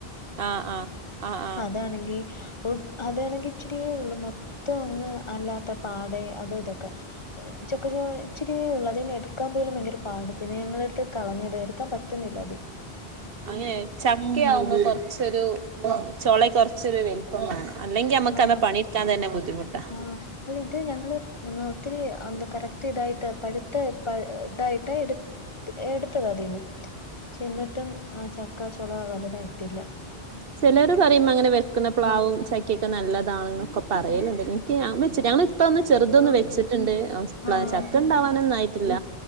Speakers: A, on the right; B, on the left.
A: ആഹ് ആഹ് ആഹ് ആഹ്
B: അതാണെങ്കി ഒട്ട് അതാണെങ്കി ഇച്ചിരിയേ ഉള്ളൂ മൊത്തം അങ്ങ് അല്ലാത്ത പാടെ അത് ഇതൊക്കെ ചെക്കച്ചോളച്ചിരിയേ
A: ആഹ്
B: ഒള്ള് അതെന്നെ ക്കാൻ പോലും ഭയങ്കര പാട് പിന്നെ ഞങ്ങളടുത്ത് കളഞ്ഞത് എടുാൻ പറ്റുന്നില്ല അത്.
A: ആഹ് അങ്ങനെ ചക്ക ആവുമ്പോ കൊർച്ചൊരു ചൊള കൊർച്ചൊരു വലുപ്പം വേണം അല്ലെങ്കി മ്മക്ക്
B: വേണം
A: അത് പണിട്ക്കാൻ തന്നെ ബുദ്ധിമുട്ടാ.
B: ആഹ് അല്ല ഇത് ഞങ്ങള് ഒത്തിരി എന്താ കറക്റ്റ് ഇതായിട്ട് പഴുത്ത ഇതായിട്ട് എട് എടുത്തതതിന്നും ച്ചെന്നിട്ടും ആ ചക്കാച്ചുള വലുതായിട്ടില്ല.
A: ആഹ് ചെലോര് പറയും അങ്ങനെ വെക്കുന്ന പ്ലാവും ചക്കയൊക്കെ നല്ലതാണെന്നൊക്കെ പറയലുണ്ട് എനിക്ക് <unintelligible> ചെറുതൊന്ന്
B: ആഹ്
A: വെച്ചിട്ടുണ്ട് <inaudible>
B: ആഹ്
A: ചക്ക ഉണ്ടാവാനൊന്നും ആയിട്ടില്ല.